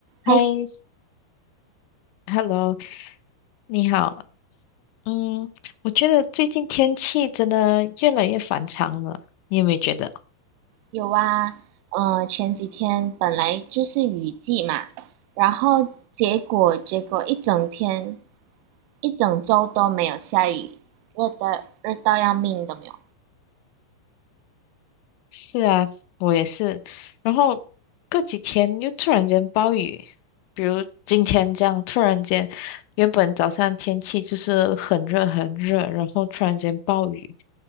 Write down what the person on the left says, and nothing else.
嗨
，Hello，你好。嗯，我觉得最近天气真的越来越反常了，你有没有觉得？
是啊，我也是。然后过几天又突然间暴雨，比如今天这样，突然间，原本早上天气就是很热很热，然后突然间暴雨，